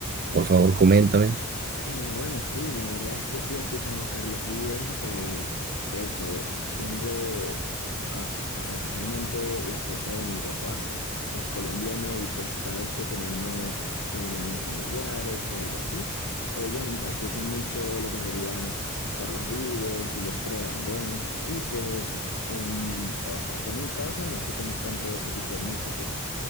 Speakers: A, on the right; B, on the left.
A: Por favor, coméntame.
B: Eh, bueno, sí, la verdad es que sí he escuchado a Carlos Vives. eh, de hecho, tengo, cas- o sea, casualmente la esposa de mi papá es colombiana y pues cada vez que tenemos reuniones familiares o algo así, ella m- escucha mucho lo que sería Carlos Vives, Silvestre Dangond y pues en, o sea, acá en mi casa no escuchamos tanto ese tipo de músicas